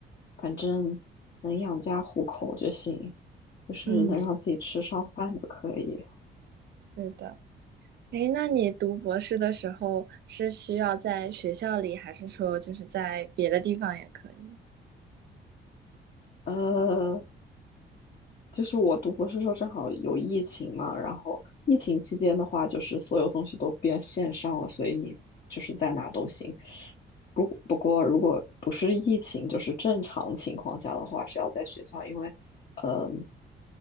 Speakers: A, on the left; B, on the right.
A: 反正能养家糊口就行，就是能让自己吃上饭就可以。
B: 嗯，对的。诶，那你读博士的时候是需要在学校里，还是说就是在别的地方也可以？
A: 呃，就是我读博士的时候正好有疫情嘛，然后疫情期间的话，就是所有东西都变线上了，所以你就是在哪都行。不不过，如果不是疫情，就是正常情况下的话，是要在学校，因为，嗯、